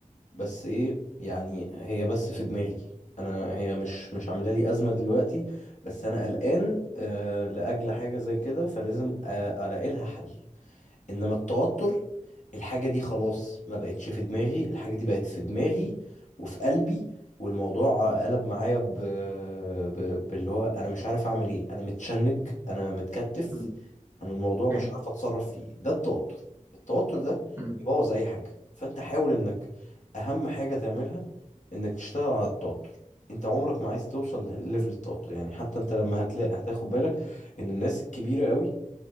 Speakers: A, on the left; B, on the right.
A: بس ايه يعني هي بس في دماغي انا هي مش مش عامله لي ازمه دلوقتي بس انا قلقان آه لاجل حاجه زي كده فلازم آه الاقي لها حل انما التوتر الحاجة دي خلاص ما بقتش في دماغي الحاجة دي بقت في دماغي وفي قلبي والموضوع قلب معايا ب... ب... باللي هو انا مش عارف اعمل ايه انا متشنج انا متكتف
B: مم.
A: انا الموضوع مش
B: فاهم
A: عارف اتصرف فيه ده التوتر التوتر ده
B: مم.
A: يبوظ اي حاجة فانت حاول انك اهم حاجة تعملها انك تشتغل على التوتر انت عمرك ما عايز توصل لليفل التوتر يعني حتى انت لما هتلاقي هتاخد بالك ان الناس الكبيرة قوي